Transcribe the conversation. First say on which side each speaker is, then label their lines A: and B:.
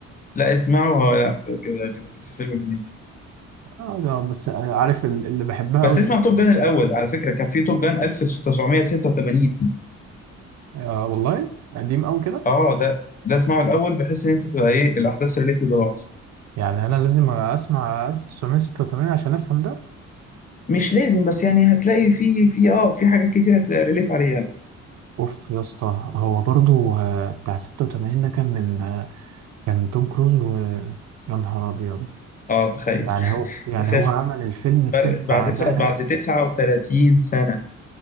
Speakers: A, on the left; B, on the right.
A: لا اسمعه هو لا ت- هيعجبك بس فيلم جميل
B: اه ده بس عارف ال- اللي بحبها
A: بس
B: قوي
A: اسمع
B: جينيفر
A: توب جان الاول على فكره كان في توب جان 1986
B: آه والله قديم قوي كده
A: اه ده ده اسمعه الاول بحيث ان انت تبقى ايه الاحداث ريليتد لبعض
B: يعني انا لازم اسمع 1986 عشان افهم ده
A: مش لازم بس يعني هتلاقي في في اه في حاجات كتير هتلاقي ريليت عليها
B: اوف يا اسطى هو برضو آه، بتاع 86 ده كان من آه، كان توم كروز ويا نهار ابيض
A: اه تخيل
B: يعني هو يعني
A: تخيل
B: هو عمل الفيلم التاني
A: فرق
B: بعدها
A: بعد تسعة بعد 39 سنة